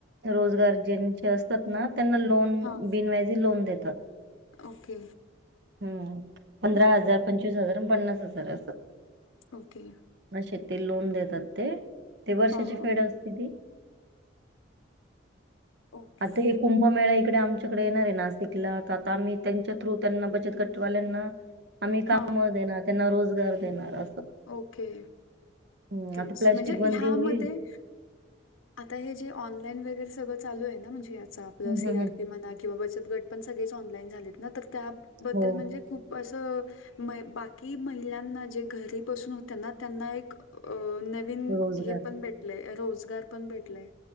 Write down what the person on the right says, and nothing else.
रोजगार ज्यांचे असतात ना त्यांना लोन
बिनव्याजी लोन देतात.
हुं पंधरा
हजार,
पंचवीस हजार आणि पन्नास हजार असं-
म ते शेत लोन देतात ते ते वर्षाची
फेड असते ती.
आता हे को- मेळा इकडे आमच्याकडे येणारायें नाशिकला तर आता आम्ही त्यांच्या थ्रू त्यांना बचतग- ट वाल्यांना आम्ही
काम देणार त्यांना रोजगार देणार असं-
हं,
आता प्लास्टिक
बंदी
होईल.
हं,
हं,
हं.
हो,
रोजगार.